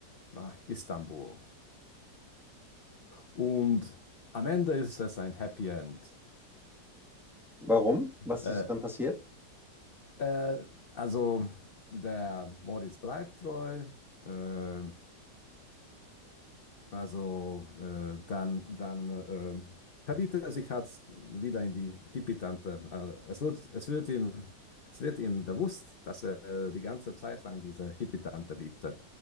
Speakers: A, on the left; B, in the centre.
A: nach Istanbul. Und am Ende ist es ein Happy End.
B: Warum? Was
A: Äh,
B: ist dann passiert?
A: äh, also der Moritz bleibt treu. Äh, Also äh, dann, dann äh, verliebt er sich halt wieder in die Hippie-Tante. Also es wird, es wird ihm, es wird ihm bewusst, dass er äh, die ganze Zeit lang diese Hippie-Tante liebte